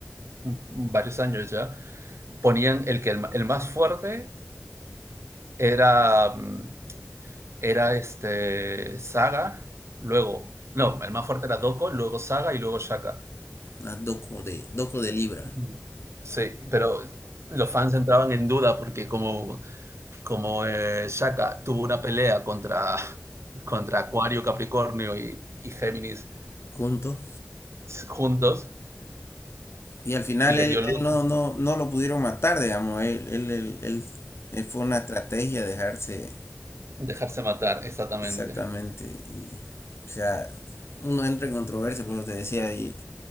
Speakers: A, on the right; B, on the left.
A: varios años ya, ponían el que el, el más fuerte era, mm, era este Saga, luego, no, el más fuerte era Doko, luego Saga y luego Shaka.
B: una doco de, doco de Libra,
A: Ujú. Sí, pero los fans entraban en duda porque como, como eh, Shaka tuvo una pelea contra, <laughs> contra Acuario, Capricornio y, y Géminis
B: juntos.
A: s- juntos
B: Y al final
A: y les
B: él,
A: dio lucha,
B: él no, no, no lo pudieron matar, digamos. Él, él, él, él- él fue una estrategia dejarse
A: dejarse matar, exactamente.
B: exactamente. Y, o sea, uno entra en controversia, por lo que te decía. Y,